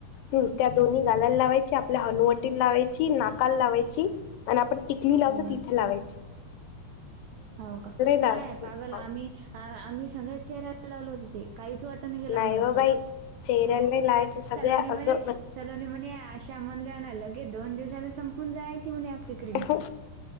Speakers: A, on the left; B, on the right.
A: ह त्या दोन्ही गालायला लावायची आपल्या हनुवटी लावायची नाकाल लावायची आणि आपण टिकली लावत
B: हम्म.
A: तिथे लावायचे.
B: हो का
A: लावायची
B: माय पागल
A: हो
B: आम्ही आम्ही सगळ्या चेहऱ्याला लावलो होत ते काहीच वाट तन गला
A: नाही
B: मला
A: हो
B: फर
A: बाई चेहऱ्याला नाही लावायचे सगळ्या
B: सलोनी मर
A: असं
B: चल आणि म्हणे अशा मंद्रना लगे दोन दिवसाला संपून जायची म्हणे. क्रीम
A: म्हण